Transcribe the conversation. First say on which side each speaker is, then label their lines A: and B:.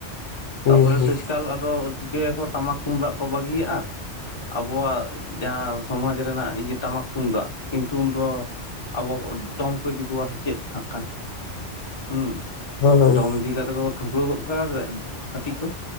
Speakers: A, on the left; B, on the left.
A: ᱦᱩᱸ
B: ᱛᱟᱯᱚᱨᱮ
A: ᱦᱩᱸ
B: ᱥᱮᱥᱠᱟᱞ ᱟᱫᱚ ᱪᱤᱠᱟᱹᱭᱟᱠᱚ ᱴᱟᱢᱟᱠ ᱛᱩᱢᱫᱟᱜ ᱠᱚ ᱵᱟᱹᱜᱤᱭᱟᱜᱼᱟ᱾ ᱟᱵᱚᱣᱟᱜ ᱡᱟᱦᱟᱸ ᱥᱚᱢᱟᱡᱽ ᱨᱮᱱᱟᱜ ᱤᱭᱟᱹ ᱴᱟᱢᱟᱠ ᱛᱩᱢᱫᱟᱜ ᱠᱤᱱᱛᱩ ᱩᱱ ᱫᱚ ᱟᱵᱚ ᱰᱚᱢ ᱠᱚ ᱤᱫᱤ ᱠᱚᱣᱟ ᱥᱮ ᱪᱮᱫ ᱦᱟᱸᱜ ᱠᱷᱟᱱ? ᱦᱩᱸ
A: ᱦᱳᱭ
B: ᱰᱚᱢ ᱤᱫᱤ ᱠᱟᱛᱮᱜ ᱠᱚ ᱴᱷᱩᱠᱟᱹᱣ ᱜᱚᱜ ᱠᱟᱜᱼᱟ ᱠᱟᱹᱴᱤ ᱠᱚ